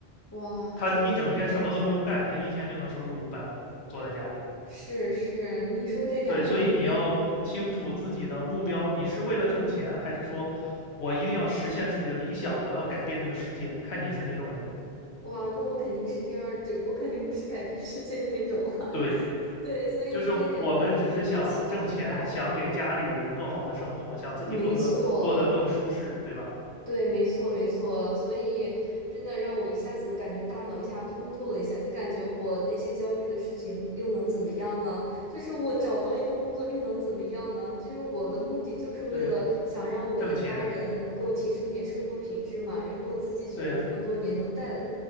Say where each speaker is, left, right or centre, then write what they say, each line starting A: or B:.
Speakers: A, on the left (about 20°); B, on the left (about 80°).
A: 哇，
B: 他一整天什么都不用干，
A: 真真的很不错。
B: 他一天就能收入五百欧，坐在家里。
A: 是是，您说这两个例子，
B: 对，所以你要清楚自己的目标，你是为了挣钱，还是说我一定要实现自己的理想，我要改变这个世界，看你是哪种人。
A: 哇，那我肯定是第二，对，我肯定不是改变世界那种了。
B: 对，
A: <laughs> 对，所以您这两个例子给我启发很大。
B: 就是我们只是想挣钱，想给家里人更好的生活，想自己更的过得更舒适，
A: 没错，
B: 对吧？
A: 对，没错，没错，所以真的让我一下子感觉大脑一下通透了一下，就感觉我那些焦虑的事情又能怎么样呢？就是我找到一份工作又能怎么样呢？就是我的目的就是为了想让我的家人能够提升点生活品质嘛，
B: 对呀，挣钱，
A: 能够自己学了这么多年，
B: 对呀，
A: 能带，